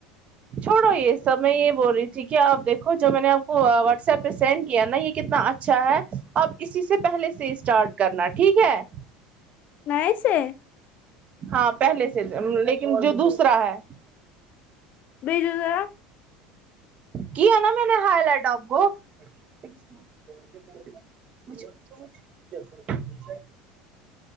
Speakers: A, on the right; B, on the left.
A: چھوڑو یہ سب میں یہ بول رہی تھی کہ آپ دیکھو جو میں نے آپ کو واٹس ایپ پہ سینڈ کیا نا یہ کتنا اچھا ہے اب اسی سے پہلے سے اسٹارٹ کرنا ٹھیک ہے
B: نئے سے
A: ہاں پہلے سے لیکن جو دوسرا ہے
B: بھیجو ذرا
A: کیا نہ میں نے ہائی لائٹ آپ کو <unintelligible>